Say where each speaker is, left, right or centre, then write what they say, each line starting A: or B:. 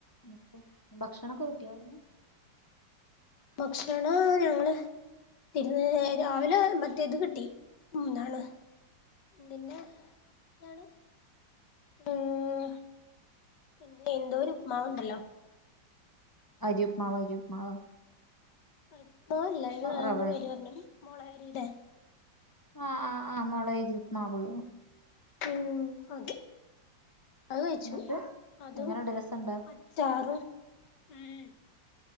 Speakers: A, on the left; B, on the left.
A: ന്ന്ട്ട് ഭക്ഷണൊക്കെ കിട്ടിയോ അവിടന്ന്
B: ഭക്ഷണോ ഞങ്ങള് തിരുന്ന് രാവിലെ മറ്റേത് കിട്ടി എന്താണ് പിന്നെ എന്താണ് ഉം പിന്നെ എന്തോ ഒരു ഉപ്മാവ് ഉണ്ടല്ലോ
A: അരിയുപ്മാവ് അരിയുപ്മാവ്
B: ഉപ്മാവ് അല്ല അയിന് വേറെന്തോ
A: റവേ
B: പേര് പറഞ്ഞിന് മൊളയരിടെ
A: ആഹ് ആഹ് ആഹ് മൊളയരി ഉപ്മാവ്
B: ഉം അത് അത് കഴിച്ചു
A: എന്നിട്ട്
B: അതും
A: എങ്ങനെണ്ട് രസണ്ടോ
B: അ ച്ചാറും ഉം